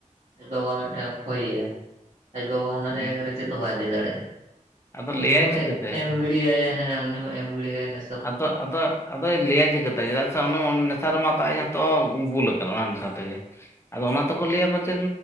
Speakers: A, on the right; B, on the left.
A: ᱟᱡ ᱵᱟᱵᱟ ᱢᱮᱫᱴᱟᱝ ᱠᱷᱚᱭᱮᱭᱟ ᱟᱡ ᱵᱟᱵᱟ ᱦᱚᱸ ᱚᱱᱟ
B: ᱦᱩᱸ
A: ᱡᱟᱭᱜᱟ ᱨᱮ ᱪᱮᱫ ᱦᱚᱸ ᱵᱟᱭ ᱞᱟᱹᱭ ᱫᱟᱲᱮᱭᱟᱜᱼᱟ
B: ᱟᱫᱚ
A: ᱩᱱᱤ
B: ᱞᱟᱹᱭᱟᱭ
A: ᱦᱚᱸ
B: ᱪᱤᱠᱟᱹᱛᱮ
A: ᱮᱸᱜ
B: ᱦᱮᱸ
A: ᱮᱢ ᱜᱤᱲᱤᱭᱟᱭᱟᱭ ᱦᱮᱸ ᱩᱱᱤ ᱦᱚᱸ ᱮᱢ ᱜᱤᱲᱤᱭᱟᱭ ᱱᱮᱥᱟ
B: ᱟᱫᱚ ᱟᱫᱚ ᱟᱫ ᱟᱫᱚᱭ ᱞᱟᱹᱭᱟᱭ ᱪᱤᱠᱟᱹᱛᱮ ᱪᱮᱫᱟᱜ ᱥᱮ ᱚᱱᱟ ᱩᱱ ᱱᱮᱥᱟᱨᱮᱢᱟ ᱛᱚ ᱟᱡ ᱦᱚᱛᱚ ᱵᱩᱞ ᱠᱟᱱᱟ ᱚᱱᱟ ᱱᱮᱥᱟ ᱛᱮᱜᱮ ᱟᱫᱚ ᱚᱱᱟ ᱛᱮᱠᱚ ᱞᱟᱹᱭᱟᱠᱚ ᱪᱮᱫ